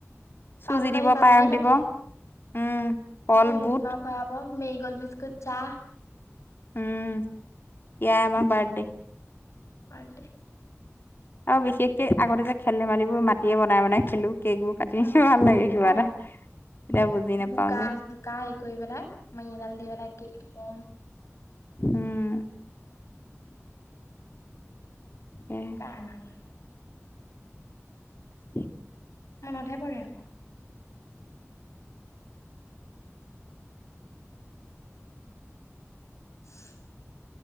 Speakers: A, on the left; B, on the left.
A: চুজি
B: পাল মাৰি
A: দিব
B: পাল
A: পায়স
B: মাৰি পাতিলে
A: দিব
B: তাকে
A: উম কল বুট
B: বুটমাহ খোৱা হব। মেৰিগল বিস্কুট চা।
A: উম এইয়া আমাৰ বাৰ্ডে।
B: বাৰ্ডে
A: আৰু বিশেষকে আগতে যে খেল ধেমালিবোৰ মাটিয়ে বনাই বনাই খেলো। কেক কাটি
B: অ
A: ভাল লাগে কিবা
B: অ
A: এটা। এতিয়া বুজি নাপাও
B: বোকা
A: যে
B: চোকা হেৰি কৰি পেলাই <unintelligible> এডাল দি পেলাই কি কম।
A: উম,
B: <unintelligible>
A: উম <unintelligible>
B: মনতহে পৰে আকৌ <unintelligible>